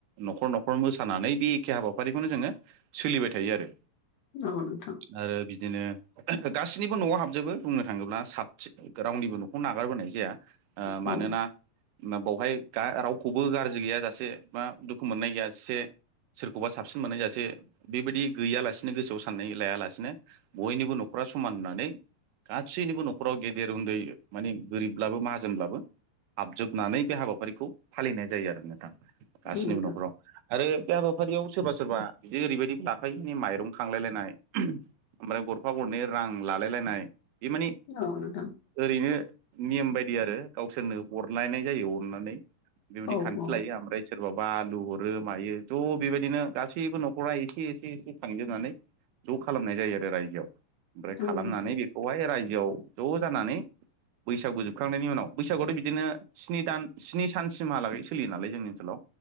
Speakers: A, on the right; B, on the left.
A: न'खर न' खर मोसानानै बि एखे हाबाफारिखौनो जोङो सोलिबाय थायो आरो।
B: औ नोंथां
A: आरो बिदिनो गासिनिबो न'आव हाबजोबो बुंनो थाङोब्ला साबसिन रावनिबो न'खौ नागारबोनाय जाया। ओ
B: औ
A: मानोना बावहाय रावखौबो गाज्रि गैया जासे बा दुखु मोननाय गैया जा से सोरखौबा साबसिन मोननायजासे बेबायदि गैयालासिनो गोसोआव साननाय लायालासिनो बयनिबो न'खराव समान होननानै गासैनिबो न'खराव गेदेर उन्दै माने गोरिबब्लाबो माहाजोनब्लाबो हाबजोबनानै बे हाबाफारिखौ फालिनाय जायो आरो नोंथां गासिनिबो
B: नोंथां
A: न'खराव आरो बे हाबाफारियाव सोरबा सोरबा बिदि ओरैबायदि लाफायो मे माइरं खांलायलायनाय ओमफ्राय गरफा गरनै रां लालायलायनाय बे माने
B: औ नोंथां
A: ओरैनो नियम बायदि आरो गावसोरनो हरलायनाय जायो अननानै बेबायदि
B: औ
A: खान्थि
B: औ
A: लायो ओमफ्राय सोर बाबा आलु हरो मायो ज' बेबायदिनो गासैबो न'खरा एसे एसे एसे खांजोबनानै ज' खालामनाय जायो आरो रायजोआव ओमफ्राय
B: औ
A: खालामनानै
B: नोंथां
A: बेखौहाय रायजोआव ज' जानानै बैसागु जोबखांनायनि उनाव बैसागुआथ' बिदिनो स्नि दान स्नि सानसिमहालागै सोलियो नालाय जोंनि ओनसोलाव।